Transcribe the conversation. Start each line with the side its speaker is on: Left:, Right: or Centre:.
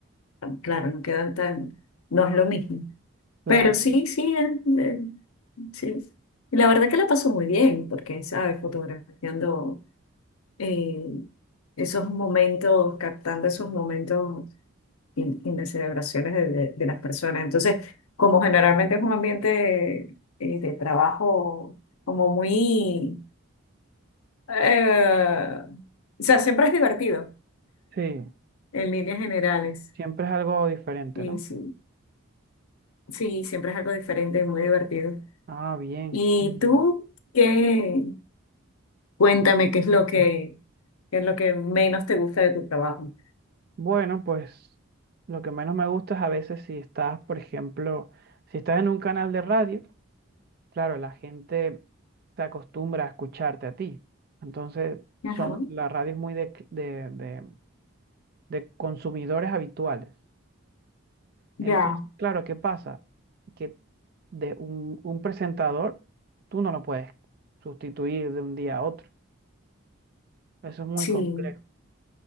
Left: mm, Claro, no quedan tan, no es lo mismo.
Right: claro.
Left: Pero sí, sí, es- es- sí. Y la verdad que la paso muy bien, porque, ¿sabes? Fotografiando eh, esos momentos, captando esos momentos y, y las celebraciones de, de- de las personas. Entonces, como generalmente es un ambiente eh, de trabajo como muy Eh, o sea, siempre es divertido,
Right: Sí,
Left: en líneas generales.
Right: siempre es algo diferente,
Left: Y
Right: ¿no?
Left: sí, sí, siempre es algo diferente, muy divertido.
Right: Ah, bien.
Left: ¿Y
Right: Y
Left: tú qué? Cuéntame qué es lo que, qué es lo que menos te gusta de tu trabajo.
Right: bueno, pues lo que menos me gusta es a veces si estás, por ejemplo, si estás en un canal de radio. Claro, la gente se acostumbra a escucharte a ti. Entonces,
Left: Ajá.
Right: son, la radio es muy de, cl- de- de- de consumidores habituales.
Left: Ya,
Right: Entonces, claro, ¿qué pasa? Que de un, un presentador, tú no lo puedes sustituir de un día a otro. Eso es muy
Left: sí.
Right: complejo.